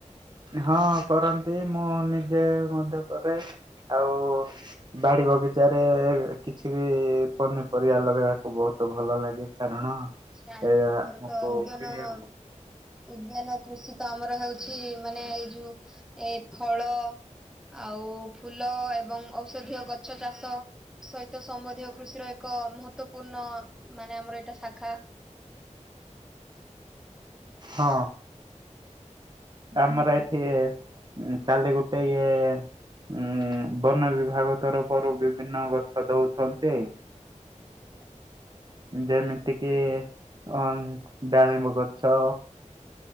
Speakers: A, on the right; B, in the centre.
A: ହଁ କରନ୍ତି ମୁଁ ନିଜେ ମଧ୍ୟ କରେ ଆଉ ବାଡ଼ି ବଗିଚାରେ କିଛି ପନିପରିବା ଲଗେଇବାକୁ ବହୁତୁ ଭଲ ଲାଗେ, କାରଣ
B: ସାଏଚ
A: ଏ
B: ଆମର
A: ଆମକୁ
B: ତ ଅଜ୍ଞାନ
A: କିଣିବାକୁ
B: <unintelligible> ଉଦ୍ୟାନ କୃଷି ତ ଆମର ହେଉଛି, ମାନେ ଏଇ ଯୋଉ ଏ ଫଳ ଆଉ ଫୁଲ ଏବଂ ଔଷଧୀୟ ଗଛ ଚାଷ। ସହିତ ସମ୍ବନ୍ଧୀୟ କୃଷିର ଏକ ମହତ୍ଵପୂର୍ଣ୍ଣ ମାନେ ଆମର ଏଇଟା ଶାଖା।
A: ହଁ, ଆମର ଏ ଇଏ କାଲି ଗୋଟେ ଇଏ ଉଁ, ବନ ବିଭାଗ ତରଫରୁ ବିଭିନ୍ନ ଗଛ ଦଉଛନ୍ତି।
B: <unintelligible>
A: ଯେମିତି କିି ଅ ଡାଳିମ୍ବ ଗଛ।